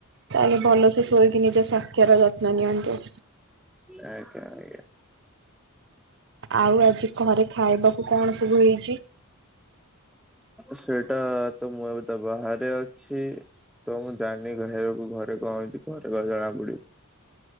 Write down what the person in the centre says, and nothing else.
ଆଜ୍ଞା ଆଜ୍ଞା।
ସେଇଟା ତ ମୁଁ ଏବେ ତ ବାହାରେ ଅଛି। ତ ମୁଁ ଜାଣିନି ଖାଇବାକୁ ଘରେ କଣ ଅଛି କଣ ପରେ ଜଣା ପଡିବ।